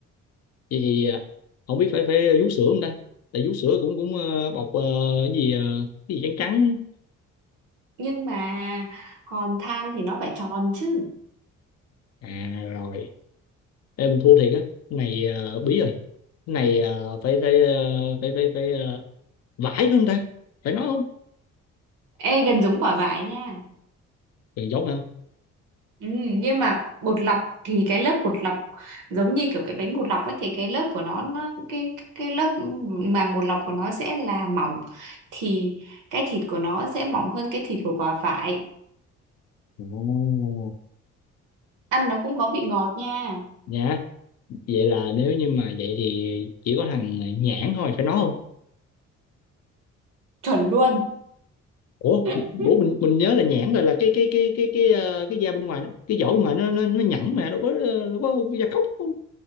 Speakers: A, on the left (about 55°); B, on the right (about 85°).
A: vậy thì à, không biết phải phải vú sữa không ta tại vú sữa cũng cũng ờ, bọc ờ, cái gì ờ, cái gì trắng trắng
B: nhưng mà hòn than thì nó phải tròn chứ
A: à rồi Ê, mình thua thiệt á cái này ờ, bí rồi cái này ờ, phải phải ờ, phải phải phải ờ, vải phải không ta phải nói không
B: ê gần giống quả vải nha
A: đừng dốt hả
B: Ừ, nhưng mà bột lọc thì cái lớp bột lọc giống như kiểu cái bánh bột lọc ấy thì cái lớp của nó, nó cái cái lớp màng bột lọc của nó sẽ là mỏng thì cái thịt của nó sẽ mỏng hơn cái thịt của quả vải
A: Ồ.
B: ăn nó cũng có vị ngọt nha
A: nhã vậy là nếu như mà vậy thì chỉ có thằng ờ, nhãn thôi phải nói không
B: chuẩn luôn
A: ủa
B: <laughs>
A: bố mình mình nhớ là nhãn là là cái cái cái cái cái ờ, cái da bên ngoài cái vỏ bên ngoài nó nó, nó nhẵn mà đâu có ờ, đâu có da cóc không